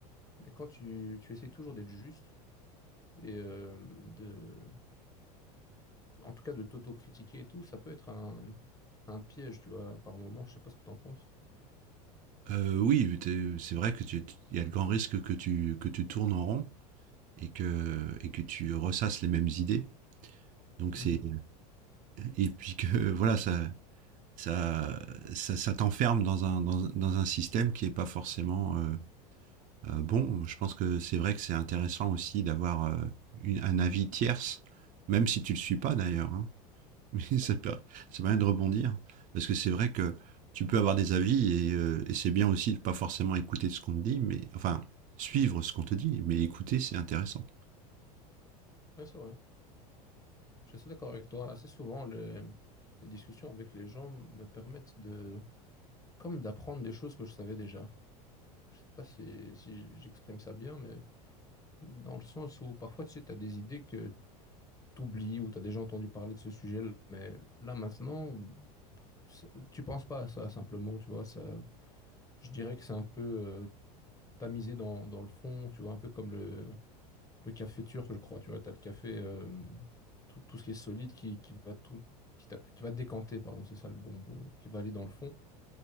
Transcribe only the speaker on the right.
Euh, Oui, c'est vrai que tu- il y a le grand risque que tu, que tu tournes en rond et que, et que tu ressasses les mêmes idées. Donc,
c'est et puis que euh, voilà, ça, ça, ça, ça t'enferme dans un, dans, dans, un système qui est pas forcément euh, euh, bon. Je pense que c'est vrai que c'est intéressant aussi d'avoir euh, une, un avis tierce, même si tu le suis pas d'ailleurs. Hein. <laughs> Mais ça,
peut, ça permet de rebondir parce que c'est vrai que tu peux avoir des avis et, euh, et c'est bien aussi de pas forcément écouter ce qu'on te dit, mais enfin suivre ce qu'on te dit, mais écouter c'est intéressant.